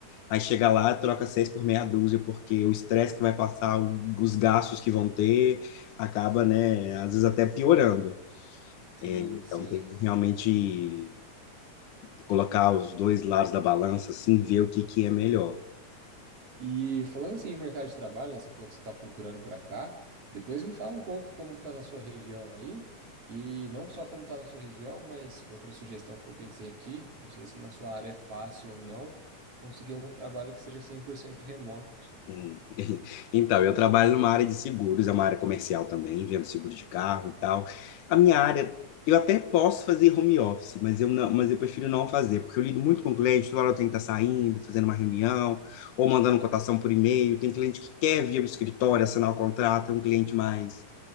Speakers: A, on the left; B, on the right.
A: aí chega lá, troca seis por meia dúzia, porque o estresse que vai passar, o- os gastos que vão ter, acaba, né, às vezes até piorando.
B: Sim,
A: Então
B: sim.
A: tem que realmente colocar os dois lados da balança, assim, ver o que que é melhor.
B: E falando assim em mercado de trabalho, né, você falou que você está procurando para cá. Depois me fala um pouco como está na sua região aí. E não só como está na sua região, mas outra sugestão que eu pensei aqui, não sei se na sua área é fácil ou não, conseguir algum trabalho que seja cem por cento remoto. <laughs>
A: Hum. <laughs> Então, eu trabalho numa área de seguros, é uma área comercial também, vendo seguro de carro e tal. A minha área, eu até posso fazer home office, mas eu não, mas eu prefiro não fazer, porque eu lido muito com cliente, toda hora eu tenho que estar saindo, fazendo uma reunião, ou mandando cotação por e-mail. Tem cliente que quer vir ao escritório, assinar o contrato, é um cliente mais